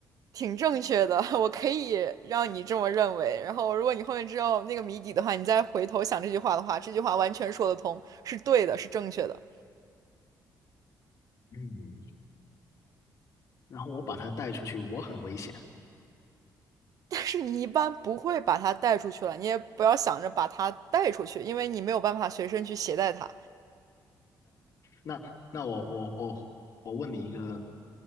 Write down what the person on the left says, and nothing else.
嗯，然后我把他带出去，我很危险。
那那我我我我问你一个，